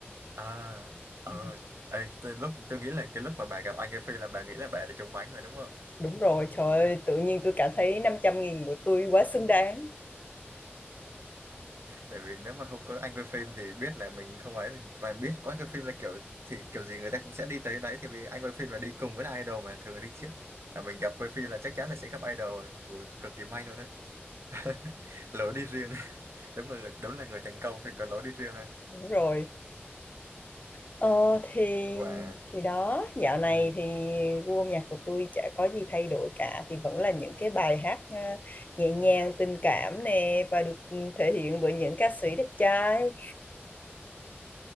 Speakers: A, on the right; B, on the left.
A: Ờ. Ờ.
B: Ừ,
A: Ê, tôi lúc tôi nghĩ là cái lúc mà bà gặp anh cái Phi là bà nghĩ là bà đã trúng mánh rồi đúng không?
B: đúng rồi trời ơi tự nhiên tôi cảm thấy 500 nghìn của tôi quá xứng đáng
A: tại vì nếu mà không có anh quay phim thì biết là mình không ấy mà biết có anh quay phim là kiểu thì kiểu gì người ta cũng sẽ đi tới đấy thì vì anh quay phim là đi cùng với idol mà thường là đi trước mà mình gặp quay phim là chắc chắn là sẽ gặp idol rồi Ui, cực kỳ may luôn á <laughs> lối đi riêng <laughs> đúng là người, đúng là người thành công thì có lối đi riêng ha
B: đúng rồi Ờ thì
A: và
B: thì đó dạo này
A: ừ.
B: thì gu âm nhạc của tôi chả có gì thay đổi cả thì vẫn là những cái bài hát ờ, nhẹ nhàng tình cảm nè và được ừ, thể hiện bởi những ca sĩ đẹp trai